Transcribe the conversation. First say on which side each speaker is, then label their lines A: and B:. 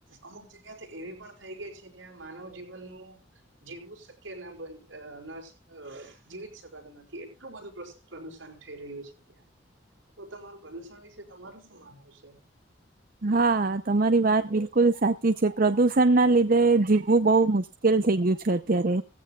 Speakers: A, on the right; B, on the right.
A: અમુક જગ્યા એવી પણ થઈ ગઈ છે જ્યાં માનવ જીવનનું જીવું શક્ય ના બન ના જીવી જ શકાતું નથી થી એટલું બધું પ્રદુષણ થઈ રહ્યું છે ત્યાં તો તમારું પ્રદુષણ વિશે તમારું શું માનવું છે
B: હા તમારી વાત બિલકુલ સાચી છે પ્રદૂષણ ના લીધે જીવવું બહુ મુશ્કેલ થઈ ગયું છે અત્યારે